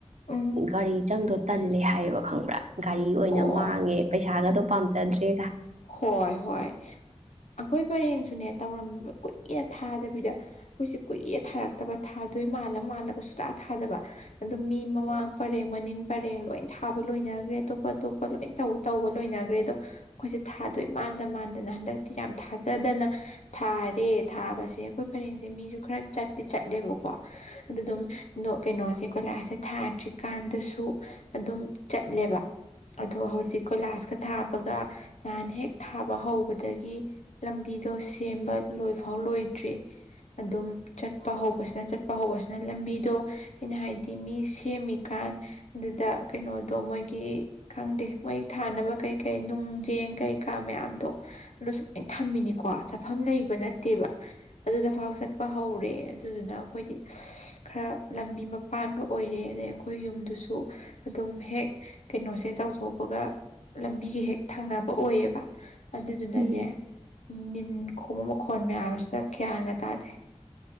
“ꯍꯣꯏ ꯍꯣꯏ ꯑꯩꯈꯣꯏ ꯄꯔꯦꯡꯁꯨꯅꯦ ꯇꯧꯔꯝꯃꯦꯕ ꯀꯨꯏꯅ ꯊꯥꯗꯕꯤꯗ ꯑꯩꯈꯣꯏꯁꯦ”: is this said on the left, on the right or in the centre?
Left